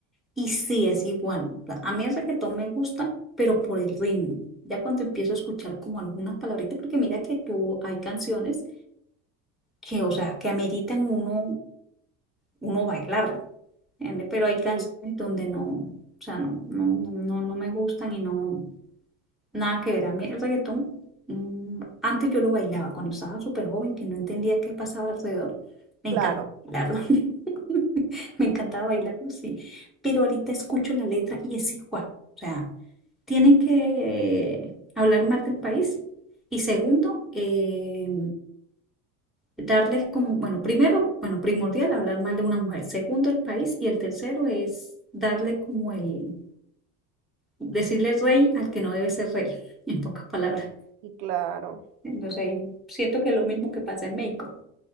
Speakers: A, in the centre; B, on the right.
A: Y sí, es igual. O sea, A mí el reggaetón me gusta, pero por el ritmo. Ya cuando empiezo a escuchar como algunas palabritas, porque mira que tú hay canciones que, o sea, que ameritan uno, uno bailarlo, ¿entiende? Pero hay canciones
B: Sí,
A: donde no, o sea, no, no, no, no, no me gustan y no. Nada que ver. A mí el reggaetón, mm, antes yo lo bailaba cuando estaba súper joven, que no entendía qué pasaba alrededor. Me
B: Claro,
A: encanta bailarlo. <laughs> Me encantaba bailarlo,
B: sí.
A: sí. Pero ahorita escucho la letra y es igual. O sea, tienen que hablar más del país y segundo, eh, darles como, bueno, primero, bueno, primordial, hablar mal de una mujer. Segundo, el país. Y el tercero es darle como el, decirle rey al que no debe ser rey, <laughs> en pocas palabras.
B: sí claro.
A: Entonces, siento que es lo mismo que pasa en México.